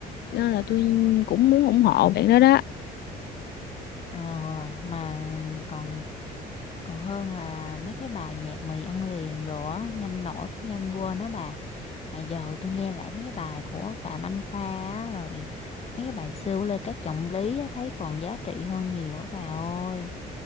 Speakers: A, on the left; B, on the left.
A: cho nên là tôi cũng muốn ủng hộ bạn đó đó
B: rồi mà còn còn hơn là mấy cái bài nhạc mì ăn liền đồ á nhanh nổi cũng nhanh quên đó bà mà giờ tôi nghe lại mấy cái bài của Phạm Anh Khoa á, rồi mấy cái bài siêu Lê Cát Trọng Lý á, thấy còn giá trị hơn nhiều á bà ơi